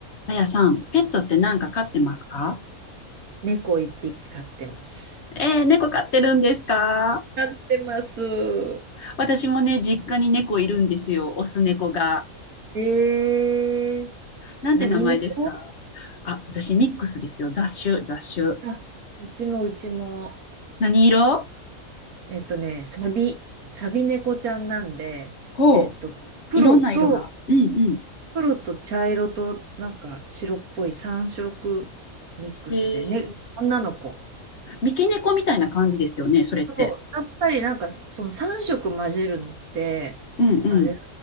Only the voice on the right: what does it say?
猫一匹飼ってます。
飼ってます。
えー、
何猫
あ、うちもうちも、
えっとね、サビ、サビ猫ちゃんなんで、
黒と、
黒と茶色となんか白っぽい3色ミックスで、
ね、女の子。
そうやっぱりなんかその3色混じるのって、
あれだ